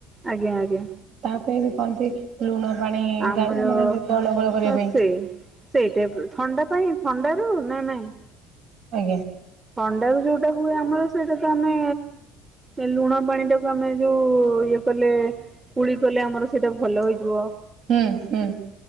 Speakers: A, on the right; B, on the right.
A: ଆଜ୍ଞା ଆଜ୍ଞା।
B: ତା ପାଇଁ ବି କହନ୍ତି ଲୁଣ ପାଣି
A: ଆମର
B: ଗା ମାନେ ଗଳ ଭଳ କରିବା
A: ହଁ
B: ପାଇଁ।
A: ସେ ସେଇ ଟାଇପ୍ ର ଥଣ୍ଡା ପାଇଁ ଥଣ୍ଡାରୁ ନା ନାଇଁ।
B: ଆଜ୍ଞା।
A: ଥଣ୍ଡା ର ଯୋଉଟା ହୁଏ ଆମର ସେଇଟା ତ ଆମେ। ଏ ଲୁଣ ପାଣି ଟାକୁ ଆମେ ଯୋଉ ଇଏ କଲେ। କୁଳି କଲେ ଆମର ସେଇଟା ଭଲ ହୋଇଯିବ।
B: ହୁଁ ହୁଁ।